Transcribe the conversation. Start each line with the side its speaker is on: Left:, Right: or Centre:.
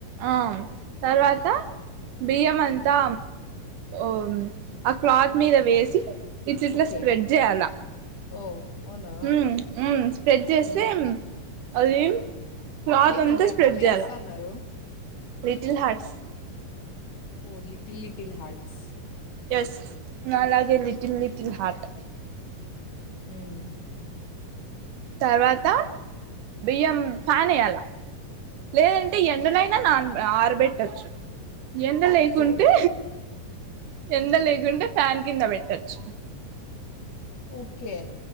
Right: ఆమ్ తర్వాత బియ్యం అంతా ఓ ఆ క్లాత్ మీద వేసి ఇట్లిట్లా
Left: ఓకే
Right: స్ప్రెడ్ చేయాలా
Left: ఓ అవునా
Right: ఉమ్మ్ ఉమ్మ్ స్ప్రెడ్ చేస్తే
Left: హ్మ్
Right: అదిం క్లాత్
Left: ఏందండి
Right: అంతా
Left: అట్లా
Right: స్ప్రెడ్
Left: మేస్తన్నారు
Right: చేయ్యాల లిటిల్ హార్ట్స్
Left: ఓ లిటిల్ లిటిల్ హార్ట్స్
Right: ఎస్ నాలాగే లిటిల్ లిటిల్ హార్ట్
Left: హ్మ్
Right: తర్వాత బియ్యం ఫ్యాన్ ఎయ్యాల లేదంటే ఎండనైనా నాన్ ఆరబెట్టచ్చు ఎండ లేకుంటే
Left: ఓకే
Right: ఎండ లేకుంటే ఫ్యాన్ కింద పెట్టచ్చు
Left: ఓకే